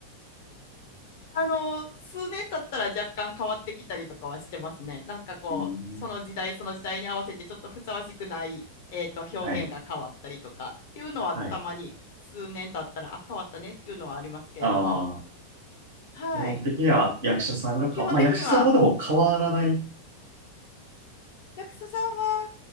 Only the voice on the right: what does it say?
うん。
はい。はい。
ああ、
基本的には役者さんがか、
まあ役者さんもでも変わらない。